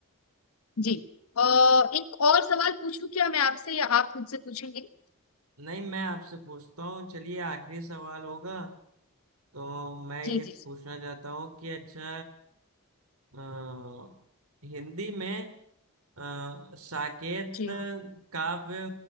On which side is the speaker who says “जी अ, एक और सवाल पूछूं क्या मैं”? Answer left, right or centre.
Left